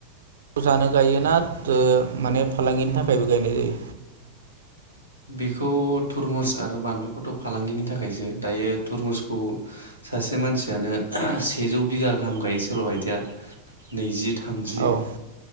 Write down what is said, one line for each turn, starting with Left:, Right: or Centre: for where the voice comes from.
Right: खौ जानो गायोना ओ माने फालांगिनि थाखायबो गायनाय जायो?
Left: बेखौ थुरमुस आरो बानलुखौथ' फालांगिनि थाखायसो, दायो थुरमुसखौ सासे मानसियानो सेजौ बिगा गाहाम गायो, सोरबा बायदिया नैजि थामजि
Right: औ